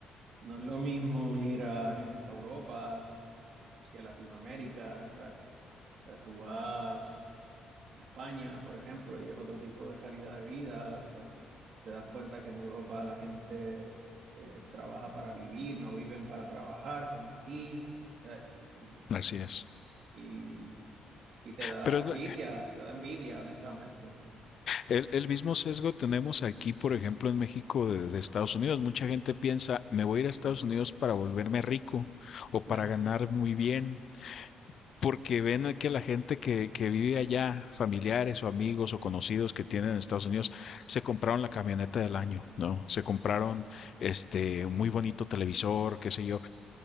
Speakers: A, on the right; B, on the left.
A: No es lo mismo ir a a Europa que Latinoamérica, ¿sabes? O sea, tú vas a España, por ejemplo, y es otro tipo de calidad de vida. O sea, te das cuenta que en Europa la gente eh, trabaja para vivir, no viven para trabajar, como aquí. Eh, y,
B: así es.
A: y- y te da
B: Pero es
A: envidia,
B: lo-
A: te da envidia, honestamente.
B: el, el mismo sesgo tenemos aquí, por ejemplo, en México de, de Estados Unidos. Mucha gente piensa, me voy a ir a Estados Unidos para volverme rico o para
A: Nah.
B: ganar muy bien porque ven que la gente que, que vive allá, familiares o amigos o conocidos que tienen en Estados Unidos, se compraron la camioneta del año, ¿no? Se compraron este un muy bonito televisor, qué sé yo.